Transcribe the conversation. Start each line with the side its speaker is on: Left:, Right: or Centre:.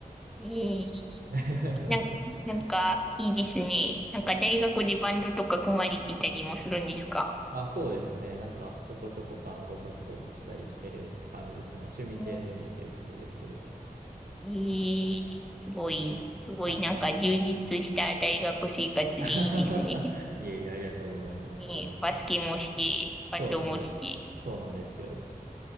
Centre: いい
Right: <laughs>
Centre: なんか、なんか、いいですね。なんか、大学でバンドとか組まれてたりもするんですか
Right: あ、そうですね。なんかちょこちょこバンド活動もしたりしてる感じですね。まあ趣味程度にっていう感じですけど。
Centre: おえいすごい、すごいなんか充実した大学生活でいいですね。
Right: はい。<laughs> いえいえ、ありがとうございます。
Centre: ねえバスケもして、
Right: そうですね。
Centre: バンドもして。
Right: そうなんですよ。そうなんですよ。